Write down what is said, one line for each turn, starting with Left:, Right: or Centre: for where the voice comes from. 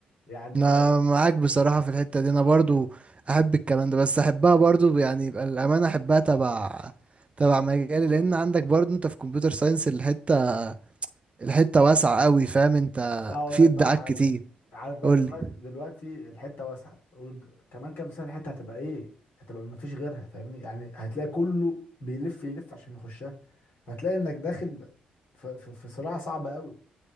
Left: يعني
Right: انا
Left: لو
Right: معاك بصراحة في الحتة دي انا برضو احب الكلام ده بس احبها برضو يعني يبقى الامانة احبها تبع تبع مجالي لان عندك برضو انت في كمبيوتر ساينس الحتة الحتة واسعة قوي فاهم انت
Left: لا اقول
Right: في
Left: لك
Right: ابداعات
Left: بقى حاجه
Right: كتير
Left: عارف بقى
Right: قولي
Left: دلوقتي دلوقتي الحته واسعه ود- كمان كام سنه الحته هتبقى ايه هتبقى ما فيش غيرها فاهمني يعني هتلاقي كله بيلف يلف عشان يخشها هتلاقي انك داخل ب- في في في صراع صعب قوي